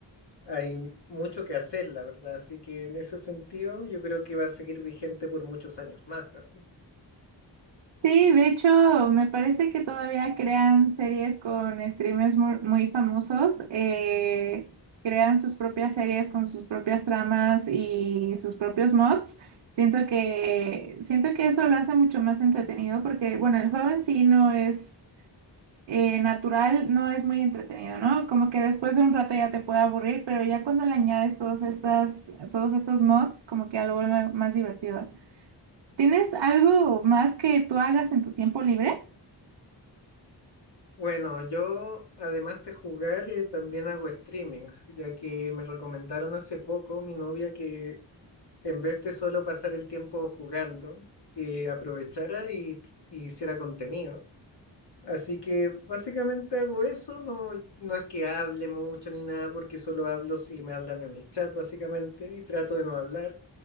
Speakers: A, on the left (about 65°); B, on the right (about 85°).
A: hay mucho que hacer, la verdad. Así que en ese sentido yo creo que va a seguir vigente por muchos años más tarde.
B: Sí, de hecho, me parece que todavía crean series con streamers mu- muy famosos, eh, crean sus propias series con sus propias tramas y sus propios mods. Siento que, siento que eso lo hace mucho más entretenido porque, bueno, el juego en sí no es eh, natural, no es muy entretenido, ¿no? Como que después de un rato ya te puede aburrir, pero ya cuando le añades todos estas, todos estos mods, como que algo más divertido. ¿Tienes algo más que tú hagas en tu tiempo libre?
A: Bueno, yo además de jugar, eh, también hago streaming, ya que me recomendaron hace poco mi novia que en vez de solo pasar el tiempo jugando, que aprovechara y y hiciera contenido. Así que básicamente hago eso, no, no es que hable mucho ni nada, porque solo hablo si me hablan en el chat básicamente y trato de no hablar,